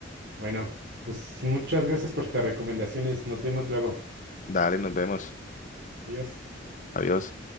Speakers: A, on the right (about 60°); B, on the left (about 45°).
A: Bueno, pues muchas gracias por tus recomendaciones. Nos vemos luego.
B: Dale, nos vemos.
A: Adiós.
B: Adiós.